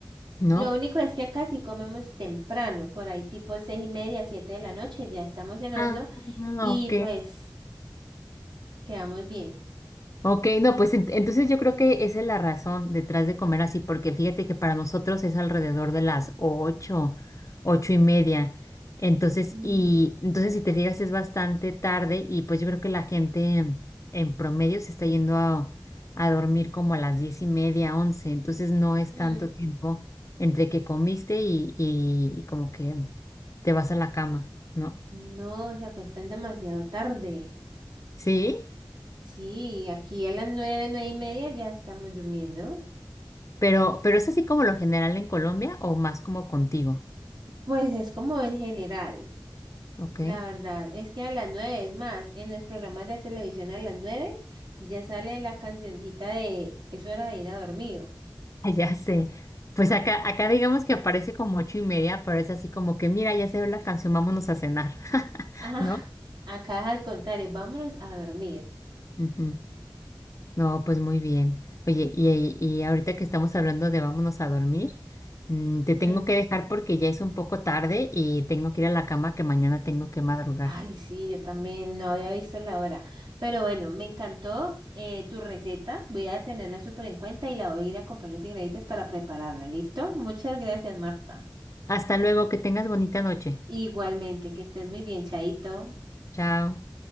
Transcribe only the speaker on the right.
Lo único es que acá sí comemos temprano, por ahí tipo seis y media, siete de la noche, ya estamos cenando
y
pues quedamos bien.
Mm,
mm,
No, se acuestan demasiado tarde.
Sí, aquí a las nueve, nueve y media ya estamos durmiendo.
Pues es como en general.
La
verdad es que a las nueve, es más, en los programas de televisión a las nueve ya sale la cancioncita de es hora de ir a dormir. <laughs>
Ah,
acá es al contrario, vámonos a dormir.
Mm,
Ay, sí, yo también no había visto la hora. Pero bueno, me encantó eh, tu receta. Voy a tenerla súper en cuenta y la voy a ir a comprar los ingredientes para prepararla. ¿Listo? Muchas gracias, Marta.
Igualmente, que estés muy bien, Chaito.